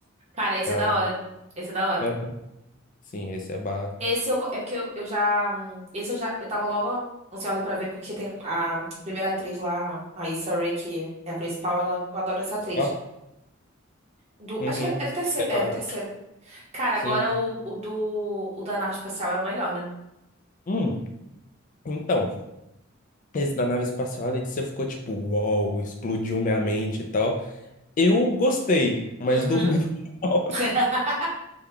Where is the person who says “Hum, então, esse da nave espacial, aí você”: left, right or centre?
Left